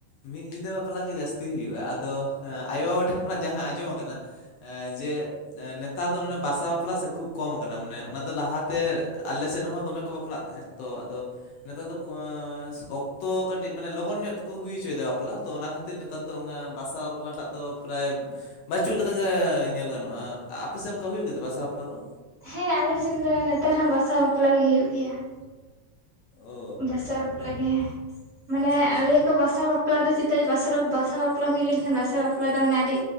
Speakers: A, on the left (about 75°); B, on the right (about 70°).
A: ᱢᱤᱫ ᱧᱤᱫᱟᱹ ᱵᱟᱯᱞᱟ ᱜᱮ ᱡᱟᱹᱥᱛᱤ ᱦᱩᱭᱩᱜᱼᱟ ᱟᱫᱚ ᱟᱭᱳᱼᱵᱟᱵᱟ ᱴᱷᱮᱱ ᱠᱷᱚᱱᱟᱜ ᱡᱟᱦᱟᱸ ᱟᱸᱡᱚᱢ ᱠᱟᱱᱟ ᱾ ᱦᱮᱸ ᱡᱮ ᱾ ᱱᱮᱛᱟᱨ ᱫᱚ ᱵᱟᱥᱟ ᱵᱟᱯᱞᱟ ᱥᱮ ᱠᱷᱩᱵ ᱠᱚᱢ ᱟᱠᱟᱱᱟ ᱢᱟᱱᱮ ᱚᱱᱟ ᱫᱚ ᱞᱟᱦᱟ ᱛᱮ ᱟᱞᱮ ᱥᱮᱫ ᱦᱚᱸ ᱫᱚᱢᱮ ᱠᱚ ᱵᱟᱯᱞᱟ ᱠᱟᱱᱟ ᱛᱟᱦᱮᱸᱫ ᱛᱚ ᱟᱫᱚ ᱱᱮᱛᱟᱨ ᱫᱚ <unintelligible> ᱚᱠᱛᱚ ᱠᱟᱹᱴᱤᱡ ᱢᱟᱱᱮ ᱞᱚᱜᱚᱱ ᱧᱚᱜ ᱛᱮ ᱠᱚ ᱦᱩᱭ ᱦᱚᱪᱚᱭᱮᱫᱟ ᱵᱟᱯᱞᱟ ᱛᱚ ᱚᱱᱟ ᱠᱷᱟᱹᱛᱤᱨ ᱱᱮᱛᱟᱨ ᱫᱚ ᱚᱱᱟ ᱵᱟᱥᱟ ᱵᱟᱯᱞᱟᱴᱟᱜ ᱫᱚ ᱯᱨᱟᱭ ᱵᱟᱹᱪᱩ ᱞᱮᱠᱟ ᱜᱮ ᱧᱮᱞ ᱜᱟᱱᱚᱜᱼᱟ ᱟᱯᱮ ᱥᱮᱫ ᱚᱱᱠᱟ ᱦᱩᱭᱩᱜ ᱜᱮ ᱛᱚ ᱵᱟᱥᱟ ᱵᱟᱯᱞᱟ ᱠᱚ?
B: ᱦᱮᱸ ᱟᱞᱮ ᱥᱮᱱ ᱫᱚ ᱱᱮᱛᱟᱨ ᱦᱚᱸ ᱵᱟᱥᱟ ᱵᱟᱯᱞᱟ ᱜᱮ ᱦᱩᱭᱩᱜ ᱜᱮᱭᱟ ᱾
A: ᱚ
B: ᱵᱟᱥᱟ ᱵᱟᱯᱞᱟ ᱜᱮ ᱢᱟᱱᱮ
A: ᱟᱪᱪᱷᱟ ᱟᱪᱪᱷᱟ
B: ᱟᱞᱮ ᱠᱚ ᱵᱟᱥᱟ ᱵᱟᱯᱞᱟ ᱫᱚ ᱪᱮᱫᱟ ᱵᱟᱥᱟ ᱵᱟᱯᱞᱟ ᱵᱟᱯᱞᱟ ᱦᱩᱭ ᱞᱮᱱ ᱠᱷᱟᱱ ᱵᱟᱥᱟ ᱵᱟᱯᱞᱟ ᱫᱚ ᱢᱟᱱᱮ ᱟᱹᱰᱤ